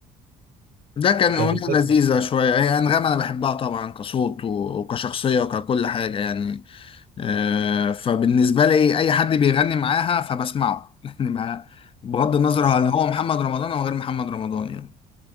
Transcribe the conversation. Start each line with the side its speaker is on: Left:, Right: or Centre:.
Left: ده كان
Right: كان
Left: أغنية
Right: مش فاكر
Left: لذيذة شوية هي أنغام أنا بحبها طبعا كصوت و- وكشخصية وككل حاجة يعني آه، فبالنسبة لي أي حد بيغني معاها فبسمعه <laughs> يعني ما- بغض النظر هل هو محمد رمضان أو غير محمد رمضان يعني